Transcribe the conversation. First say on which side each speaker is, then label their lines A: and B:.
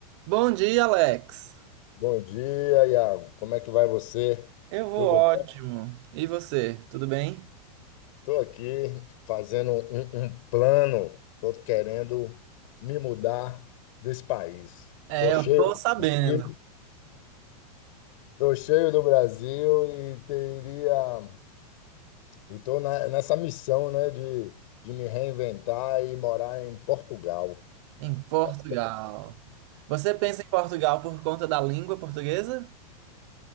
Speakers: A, on the right; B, on the left.
A: Bom dia, Alex.
B: Bom dia, Iago. Como é que vai você?
A: Eu vou
B: Tudo
A: ótimo.
B: bom?
A: E você, tudo bem?
B: Estou aqui fazendo um, um plano. Estou querendo me mudar desse país.
A: É,
B: Estou cheio
A: eu tô
B: do
A: sabendo.
B: Brasil, estou cheio do Brasil e teria. Estou nessa missão, né, de, de me reinventar e morar em Portugal.
A: Em Portugal.
B: Então,
A: Você pensa em Portugal por conta da língua portuguesa?